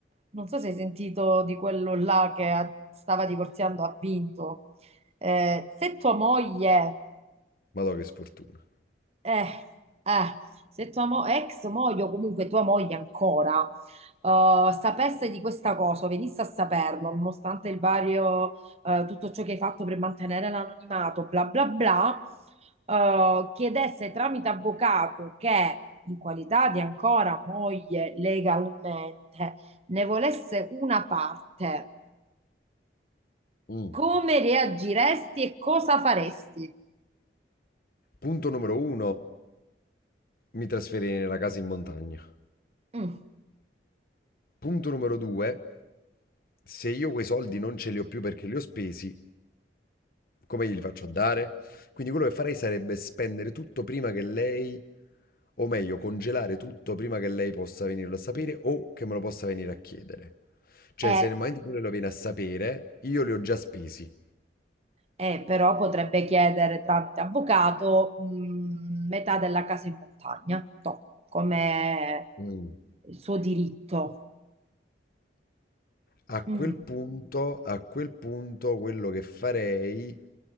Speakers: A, on the right (about 35°); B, on the left (about 50°).
A: non so se hai sentito di quello là che ha- stava divorziando, ha vinto. Eh, se tua moglie
B: madò, che sfortuna.
A: Eh, eh, se tua mo- ex moglie o comunque tua moglie ancora eh, sapesse di questa cosa, venisse a saperlo, nonostante il vario, eh, tutto ciò che hai fatto per mantenere l'anonimato, bla bla bla, eh, chiedesse tramite avvocato che in qualità di ancora moglie legalmente ne volesse una parte,
B: Mm.
A: come reagiresti e cosa faresti?
B: Punto numero uno, mi trasferirei nella casa in montagna.
A: Mm,
B: Punto numero due, se io quei soldi non ce li ho più perché li ho spesi, Come glieli faccio a dare? Quindi quello che farei sarebbe spendere tutto prima che lei, o meglio, congelare tutto prima che lei possa venirlo a sapere o che me lo possa venire a chiedere. Cioè,
A: eh.
B: se nel momento in cui lei lo viene a sapere, io li ho già spesi.
A: Eh, però potrebbe chiedere tramite avvocato, mh, metà della casa in montagna, toh, come
B: Mm.
A: il suo diritto.
B: A quel
A: Mm,
B: punto, a quel punto, quello che farei...